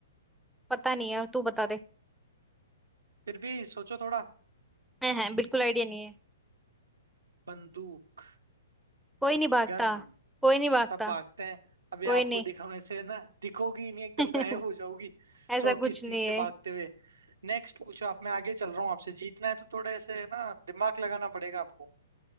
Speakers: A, in the centre; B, on the right (about 85°).
A: पता नहीं है और तू बता दे
B: फिर भी सोचो थोड़ा
A: है बिल्कुल आइडिया नहीं है
B: बंदूक
A: कोई नहीं भागता
B: गन
A: कोई नहीं भागता
B: सब भागते हैं अभी
A: कोई
B: आपको
A: नहीं
B: दिखाओ ऐसे ना दिखोगी ही नहीं एकदम
A: <laughs>
B: गायब हो जाओगी
A: ऐसा
B: सौ
A: कुछ
B: की स्पीड
A: नहीं
B: से
A: है
B: भागते हुए नेक्स्ट पूछो आप मैं आगे चल रहा हूँ आपसे जीतना है तो थोड़ा ऐसे ना दिमाग लगाना पड़ेगा आपको